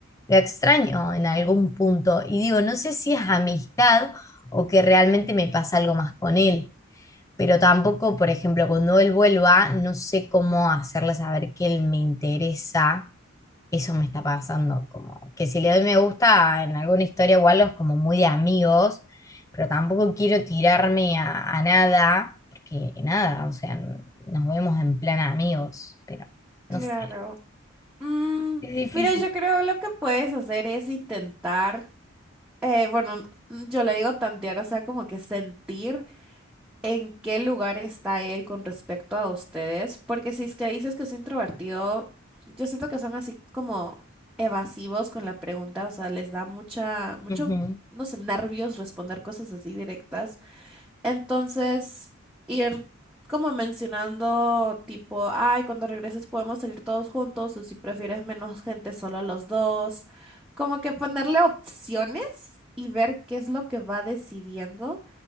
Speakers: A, on the left; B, in the centre.
A: lo extraño en algún punto. Y digo, no sé si es amistad o que realmente me pasa algo más con él. Pero tampoco, por ejemplo, cuando él vuelva, no sé cómo hacerle saber que él me interesa eso me está pasando, como que si le doy me gusta en alguna historia igual es como muy de amigos, pero tampoco quiero tirarme a, a nada, porque nada, o sea, n- nos vemos en plan amigos, pero
B: Claro.
A: no sé,
B: Mm,
A: es difícil.
B: mira, yo creo lo que puedes hacer es intentar, eh, bueno, mm, yo le digo tantear, o sea, como que sentir en qué lugar está él con respecto a ustedes, porque si es que dices que es introvertido, yo siento que son así como evasivos con la pregunta, o sea, les da mucha, mucho,
A: Ujú.
B: no sé, nervios responder cosas así directas. Entonces, ir como mencionando tipo, ay, cuando regreses podemos salir todos juntos o si prefieres menos gente, solo los dos. Como que ponerle opciones y ver qué es lo que va decidiendo